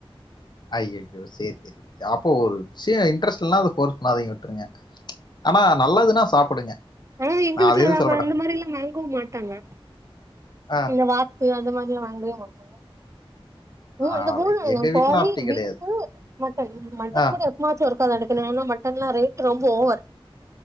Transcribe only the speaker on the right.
ஆ எங்க
வீட்ல
இந்த மாறில்லாம் வாங்கவும் மாட்டாங்க
இந்த வாத்து அந்த மாதிரிலாம் வாங்கவே மாட்டோம்
அந்த மூணு வாங்கு
கோழி
பீஃப்
மட்டன் மட்டன்
கூட எப்பவாச்சும் ஒருக்கா தான் எடு ஏனா மட்டன்லாம் ரேட் ரொம்ப ஓவர்